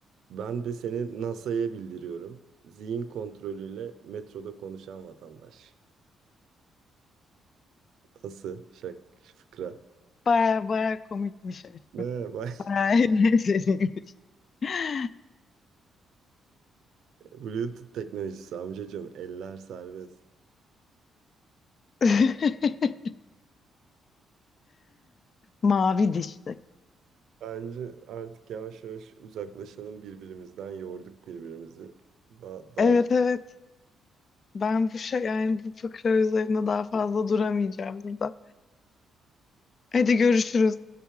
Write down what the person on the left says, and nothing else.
Baya baya komikmiş.
Baya eğlenceliymiş. <laughs>
<laughs> Mavi dişli.
Evet evet. Ben bu şey yani bu fıkra üzerine daha fazla duramayacağım burada. Hadi görüşürüz.